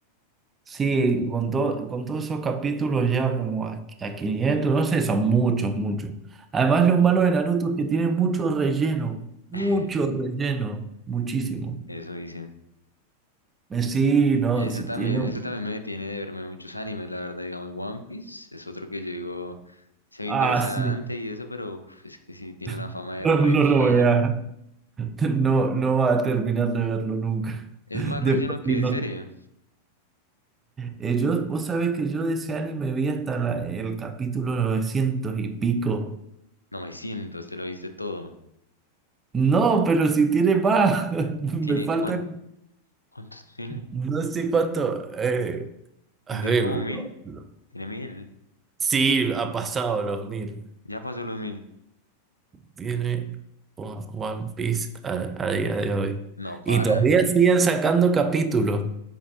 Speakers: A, on the right; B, on the left.
A: sí, con, to- con todos esos capítulos ya como a, a 500 no sé, son muchos, muchos. Además, lo malo de Naruto es que tiene mucho relleno, mucho
B: <laughs>
A: relleno, muchísimo.
B: Eso dicen.
A: Eh, Sí, no,
B: Eso
A: sí
B: también,
A: tiene...
B: eso
A: un-
B: también me detiene de verme muchos animes, la verdad, digamos, One Piece es otro que yo digo, se ve
A: Ah,
B: interesante
A: sí,
B: y eso, pero uf, es que sí tiene una
A: <laughs>
B: fama de
A: no,
B: relleno.
A: no lo voy a... No, no va a terminar de verlo nunca.
B: Es
A: <laughs>
B: más
A: De
B: relleno
A: por
B: que
A: sí, no-
B: serie.
A: Eh, yo, vos sabés que yo de ese anime vi hasta la- el capítulo novecientos y pico.
B: novecientos te lo viste todo.
A: No, pero si tiene más, <laughs> me
B: ¿Tiene
A: falta
B: cuán- cuántos tiene?
A: no sé cuánto. eh, a
B: ¿No tiene
A: ver,
B: como
A: lo-
B: mil?
A: lo-
B: Tiene mil.
A: sí, ha pasado los mil.
B: Ya pasó los mil.
A: Tiene One One Piece a, a día de hoy.
B: No paran.
A: Y todavía siguen sacando capítulos.